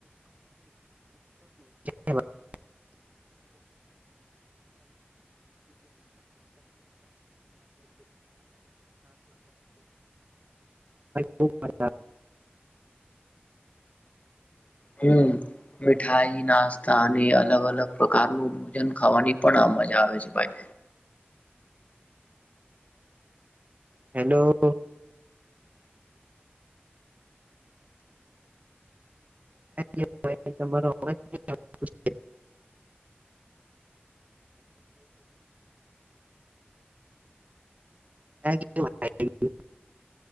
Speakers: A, on the right (about 40°); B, on the left (about 35°).
A: <inaudible> <inaudible> <inaudible> ખૂબ મજા.
B: હમ મીઠાઈ નાસ્તા અને અલગ અલગ પ્રકારનું ભોજન ખાવાની. પણ આ મજા આવે છે ભાઈ.
A: હેલો. એટલે ભાઈ તમારો અવાજ નથી આવતો છે. <inaudible> <inaudible>